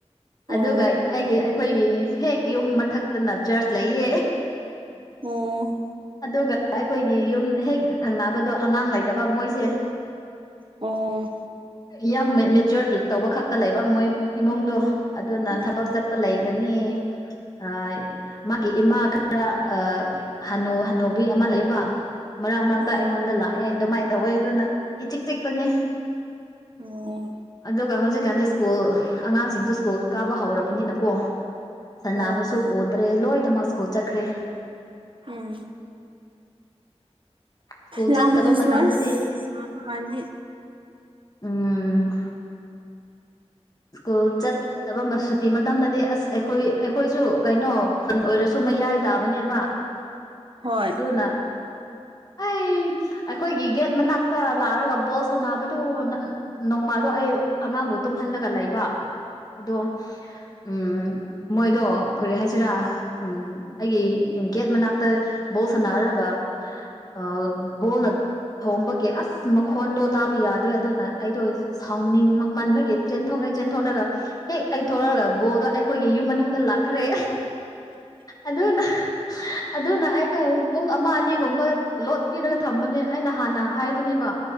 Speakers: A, on the left; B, on the right.
A: ꯑꯗꯨꯒ
B: ꯑꯣ
A: ꯑꯩꯒꯤ ꯑꯩꯈꯣꯏꯒꯤ ꯍꯦꯛ ꯌꯨꯝ ꯃꯊꯛꯇꯅ ꯆꯔꯁ ꯂꯩꯌꯦ꯫
B: ꯑꯣ
A: ꯑꯗꯨꯒ ꯑꯩꯈꯣꯏꯒꯤ ꯌꯨꯝ ꯍꯦꯛ ꯊꯪꯅꯕꯗꯣ ꯑꯉꯥꯡ ꯂꯩꯇꯕ ꯃꯣꯏꯁꯦ
B: ꯑꯣ
A: ꯌꯥꯝ ꯃꯦꯆꯣꯔ ꯇꯧꯕ ꯈꯛꯇ ꯂꯩꯕ ꯃꯣꯏ ꯏꯃꯨꯡꯗꯣ ꯑꯗꯨꯅ
B: ꯎꯝ
A: ꯊꯕꯛ ꯆꯠꯄ ꯂꯩꯒꯅꯤ꯫ ꯑ ꯃꯥꯒꯤ ꯏꯃꯥ ꯈꯔ ꯑꯥ ꯍꯅꯨ ꯍꯟꯅꯨꯕꯤ ꯑꯃ ꯂꯩꯕ ꯃꯔꯛ ꯃꯔꯛꯇ
B: ꯑꯣ
A: ꯑꯩꯉꯣꯟꯗ ꯂꯥꯛꯑꯦ ꯑꯗꯨꯃꯥꯏꯅ ꯇꯧꯋꯦ ꯑꯗꯨꯅ ꯏꯆꯤꯛ ꯆꯤꯛꯄꯅꯦ
B: ꯑꯣ
A: ꯑꯗꯨꯒ ꯍꯧꯖꯤꯛꯀꯥꯟꯗꯤ ꯁ꯭ꯀꯨꯜ ꯑꯉꯥꯡꯁꯤꯡꯁꯨ ꯁ꯭ꯀꯨꯜ ꯀꯥꯕ ꯍꯧꯔꯕꯅꯤꯅꯀꯣ ꯁꯥꯟꯅꯕꯁꯨ
B: ꯑꯣ ꯍꯣꯏ ꯍꯣꯏ ꯍꯣꯏ
A: ꯎꯗ꯭ꯔꯦ ꯂꯣꯏꯅꯃꯛ ꯁ꯭ꯀꯨꯜ ꯆꯠꯈ꯭ꯔꯦ
B: ꯎꯝ
A: ꯁ꯭ꯀꯨꯜ
B: ꯂꯥꯜꯃꯜꯂꯨ
A: ꯆꯠꯇꯕ ꯃꯇꯝꯗꯗꯤ
B: ꯁꯋꯁ ꯃꯍꯥꯇꯃꯥꯒꯥꯟꯙꯤ
A: ꯎꯝ ꯁꯀꯣꯜ ꯆ ꯆꯕ ꯁꯨꯇꯤ ꯃꯇꯝꯗꯗꯤ ꯑꯁ ꯑꯩꯈꯣꯏ ꯑꯩꯈꯣꯏꯁꯨ ꯀꯩꯅꯣ ꯈꯨꯟ ꯑꯣꯏꯔꯁꯨ ꯃꯌꯥꯏ ꯇꯥꯕꯅꯦꯕ
B: ꯍꯣꯏ
A: ꯑꯗꯨꯅ ꯑꯩ ꯑꯩꯈꯣꯏꯒꯤ ꯒꯦꯠ ꯃꯅꯥꯛꯛꯇ ꯂꯥꯛꯑꯒ ꯕꯣꯜ ꯁꯅꯕꯗꯨ ꯅꯣꯡꯃꯥꯗꯣ ꯑꯩ ꯑꯉꯥꯡꯕꯨ ꯇꯨꯝꯍꯜꯂꯒ ꯂꯩꯕ ꯑꯗꯣ ꯎꯝ ꯎꯝ ꯃꯣꯏꯗꯣ ꯀꯔꯤ ꯍꯥꯏꯁꯤꯔꯥ ꯎꯝ ꯑꯩꯒꯤ ꯒꯦꯠ ꯃꯅꯥꯛꯇ ꯕꯣꯜ ꯁꯅꯔꯔꯒ <unintelligible> ꯊꯣꯝꯕꯒꯤ ꯑꯁ ꯃꯈꯣꯟꯗꯣ ꯇꯥꯕ ꯌꯥꯗ꯭ꯔꯦ ꯑꯗꯨꯅ ꯑꯩꯗꯣ ꯁꯥꯎꯅꯤꯡ ꯃꯟꯕꯒꯤ ꯆꯦꯟꯊꯣꯛꯅ ꯆꯦꯟꯊꯣꯛꯅꯒ ꯍꯦꯛ ꯑꯩ ꯊꯣꯛꯂꯛꯑꯒ ꯕꯣꯜꯗꯣ ꯑꯩꯈꯣꯏꯒꯤ ꯌꯨꯝ ꯃꯅꯨꯡꯗ ꯂꯥꯛꯈ꯭ꯔꯦ ꯑꯗꯨꯅꯥ ꯑꯗꯨꯅ ꯑꯩꯅ ꯄꯨꯡ ꯑꯃ ꯑꯅꯤꯒꯨꯝꯕ ꯂꯣꯠ ꯄꯤꯔꯒ ꯊꯝꯕꯅꯦ ꯑꯩꯅ ꯍꯥꯟꯅ ꯍꯥꯏꯕꯅꯦꯕ